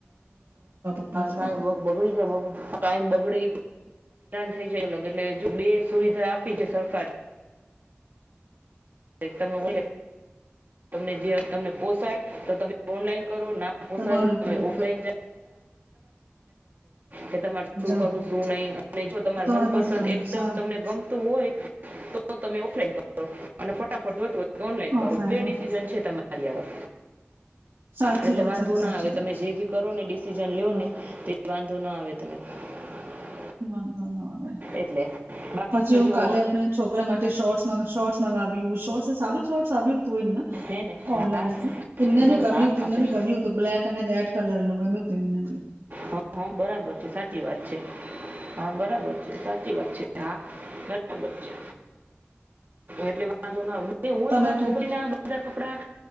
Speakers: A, on the right; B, on the right.
A: ઉપર જાઓ
B: સા બગડી <inaudible> ટાઈમ બગડે. થઈ જાય લગન એટલે જો બે સુવિધા. <unintelligible> એકદમ <unintelligible> તમને જે તમને પોસાય તો તમે ઓનલાઈન. કરો ના પોસાય
A: તમારે
B: તમે
A: ઉપર
B: ઓફલાઇન <inaudible> કે, તમાર શું
A: જાઓ
B: કરું શું નહી, અને જો તમાર
A: તમારી
B: મનપસંદ
A: પાસે ટાઈમ
B: એકદમ
A: સાર
B: તમને ગમતું હોય, તો તમે ઓફલાઈન. <inaudible> અને ફટાફટ જોતું. ઓનલાઈન કરો.
A: ઓફલાઈન
B: બે ડિસિઝન છે, તમારે. હરિયાાર,
A: સાચી
B: <inaudible> એટલે
A: વાત
B: વાંધો,
A: છે, આ તો
B: ના
A: સાચી
B: આવે તમે
A: વાત છે,
B: જે ભી કરો ને ડિસિજન લ્યો
A: વાંધો
B: ને તે વાંધો ના આવે. <inaudible>
A: <unintelligible> આવે
B: એટલે બાકી
A: પછી
B: તો જો
A: હું કાલે આપણે છોકરા માટે શોર્ટ શોર્ટ્સ મગાવ્યું શોર્ટ સારું શોર્ટસ આવ્યું હતું એમના
B: હે ને હા
A: ઓનલાઈન એમને
B: સરસ
A: બી ગમ્યું
B: હા
A: હતું, એમને
B: અચ્છા
A: બી ગમ્યું હતું બ્લેક અને રેડ, કલર નું ગમ્યું. તેમના બી
B: હ હ બરાબર છે, સાચી વાત છે. હા બરાબર છે, સાચી વાત છે, હા બરાબર છે. એટલે, વાંધો ના આવે હું
A: તમે
B: મારા છોકરી
A: કઈ
B: ના બધા